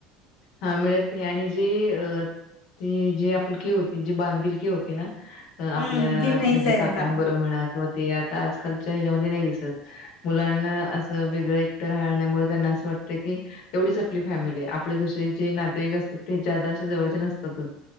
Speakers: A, on the left; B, on the left.
A: हा मिळत नाही, आणि जे ती जे आपलकी होती जी बांधीलकी होती ना आपल्या
B: हम्म ती नाहीच
A: म्हणजे
B: आहे
A: काकांबर
B: आता
A: म्हणा किंवा ते आता आजकालच्या ह्याच्यामध्ये नाही दिसत मुलांना असं वेगळं एकटं राहण्यामुळे त्यांना असं वाटत की एवढीच आपली फॅमिली आहे आपल्या दुस जे नातेवाईक असतात ते जादाश जवळचे नसतातच